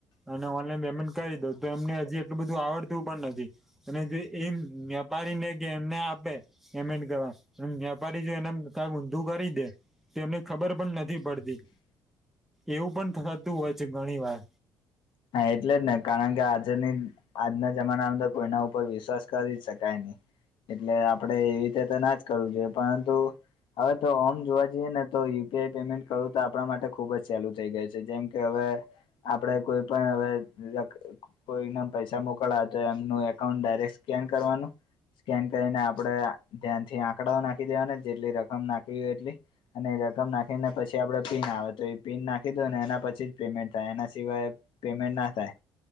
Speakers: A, in the centre; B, on the left.
A: અને ઓનલાઈન પેમેન્ટ કરી દો. તો એમને હજી એટલું બધું આવડતું પણ નથી. અને જે એ વ્યાપારીને કે એમને આપે પેમેન્ટ કરવા, વ્યાપારી જો એને એમ કાંક ઊંધું કરી દે તેમને ખબર પણ નથી પડતી. એવું પણ થતું હોય છે ઘણી વાર.
B: હા, એટલે જ ને. કારણ કે આજે નહીં ન આજના જમાનામાંં તો કોઈના ઉપર વિશ્વાસ કરી જ શકાય નહીં. એટલે, આપડે એવી રીતે તો ના જ કરવું જોઈએ. પરંતુ હવે તો ઓમ જોવા જઈએ ને, તો યુપીઆઈ પેમેન્ટ કરવું તો આપણા માટે ખૂબ જ સહેલું થઈ ગયું છે. જેમ કે હવે આપડે કોઈ પણ હવે વ્યક્ કોઈ ના પૈસા મોકલવા હોય, તો એમનું એકાઉન્ટ ડાયરેક્ટ સ્કેન કરવાનું. સ્કેન કરીને આપડે ધ્યાનથી આંકડાઓ નાખી દેવાના, જેટલી રકમ નાખવી હોય એટલી. અને રકમ નાખીને પછી આપડો પિન આવે તો એ પિન નાખી દો ને એના પછી જ પેમેન્ટ થાય એના સિવાય પેમેન્ટ ના થાય.